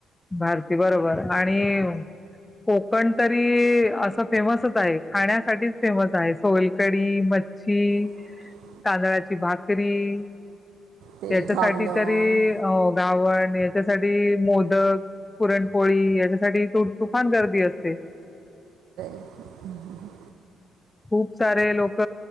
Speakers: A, on the left; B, on the right.
A: भारती बरोबर आणि कोकण तरी असं फेमसच आहे खाण्यासाठीच फेमस आहे सोलकडी हं हं.
B: <inaudible>
A: तांदळाची भाकरी
B: ते
A: त्याच्यासाठी
B: घावणं
A: तरी अ गावण याच्यासाठी मोदक पुरणपोळी याच्यासाठी त-तुफान गर्दी असते.
B: हम्म हम्म हं.
A: खूप सारे लोक